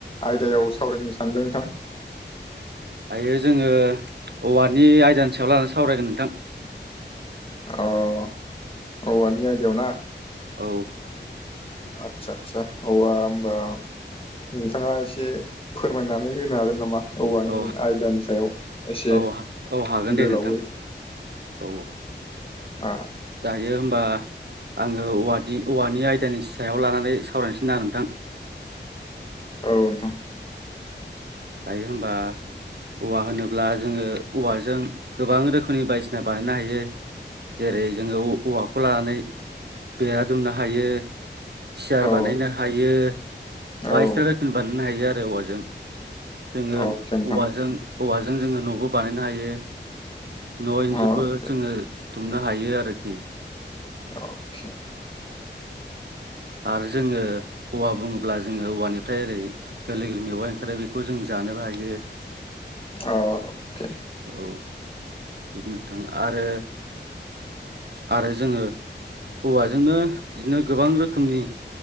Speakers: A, on the left; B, on the right.
A: आयदायाव सावरायनो सानदों नोंथां
B: दायो जोङो औवानि आयदानि सायाव लानानै सावरायगोन नोंथां
A: औ औवानि आयदायाव ना
B: औ।
A: आतसा आसा औवा होनबा नोंथाङा एसे फोरमायनानै होनो हागोन नामा? औवानि
B: औ
A: आयदानि सायाव एसे
B: औ औ हागोन दे
A: गोलावै
B: नोंथां औ।
A: आ
B: दायो हबा आङो औव औवानि आयदानि सायाव लानानै सावरायनोसै ना नोंथां।
A: औ नोंथां।
B: दायो होनबा औवा होनोब्ला जोङो औवाजों गोबां रोखोमनि बायदिसिना बानायनो हायो। जेरै जोङो औवाखौ लानानै बेरा दुमनो हायो। सियार
A: औ
B: बानायनो हायो
A: औ
B: बायसिना रोखोमनि बानायनो हायो आरो औवाजों। जोङो
A: अके नोंथां
B: औवाजों औवाजों जोङो न'बो बानायनो हायो। न' इन्जुरबो
A: अके
B: जोङो दुमनो हायो आरोखि
A: अके।
B: आरो जोङो औवा बुङोब्ला जोङो औवानिफ्राय ओरै गोरलै गोरलै मेवाइ ओंखारो बेखौ जों जानोबो हायो।
A: अके
B: औ नोंथां आरो। आरो जोङो। औवाजोंनो बिदिनो गोबां रोखोमनि